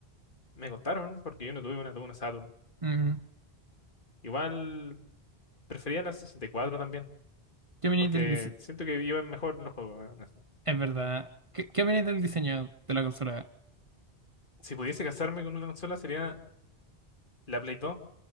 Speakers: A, on the left; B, on the right.
A: Me contaron, porque yo no tuve una, tuve una Saturn.
B: Mm,
A: Igual prefería la 64 también,
B: ¿Qué opináis
A: porque
B: del diseño?
A: siento que iban mejor los juegos. eh, en eso.
B: Es verdad. ¿Qué, qué opináis del diseño de la consola?
A: Si pudiese casarme con una consola sería la Play 2.